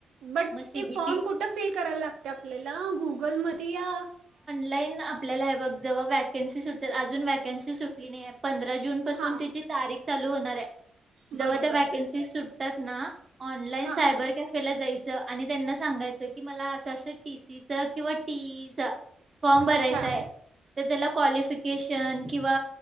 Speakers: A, on the right (about 80°); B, on the right (about 25°).
A: बट
B: मग सीबीटी
A: ते फॉर्म कुठ फिल करायला लागतं आपल्याला गुग - <unintelligible>
B: लाईन आपल्याला हे बघ, जव्हा वॅकेन्सी सुटेल अजून वॅकन्सी सुटली नाही. पंधरा जून पासून
A: हां
B: त्याची तारीख चालू होणार. <unintelligible>
A: बरोबर
B: जव्हा त्या वॅकन्सी सुटतात ना. ऑनलाईन
A: हां
B: सायबर कॅफेला जाय आणि त्यांना सांगायचं की मला असं असं टी सी च किंवा टी टीसीचा फॉर्म भरायचा
A: अच्छा
B: आहे त्याला कॉलिफिकेशन <unintelligible> ्षण किंवा